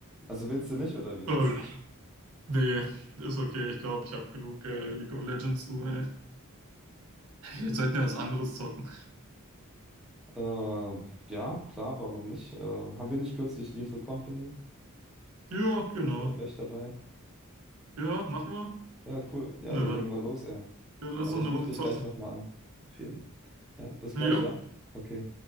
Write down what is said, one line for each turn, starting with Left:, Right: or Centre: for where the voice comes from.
Centre: Also willst du nicht, oder wie?
Right: Äh, nee, ist okay, ich glaube, ich habe genug äh, League of Legends, du, ey. Vielleicht sollten wir was anderes zocken.
Centre: Äh, ja, klar, warum nicht? Äh, haben wir nicht kürzlich Lethal Company?
Right: Ja, genau.
Centre: Äh, da wäre ich dabei.
Right: Ja, machen wir.
Centre: Ja, cool. Ja,
Right: Na
Centre: dann
Right: dann,
Centre: legen wir los, ey.
Right: ja, lass
Centre: Warte,
Right: noch
Centre: ich
Right: eine Runde
Centre: rufe dich
Right: zocken.
Centre: gleich nochmal an. Auf jeden. Ja, bis
Right: Ja.
Centre: gleich, ja? Okay.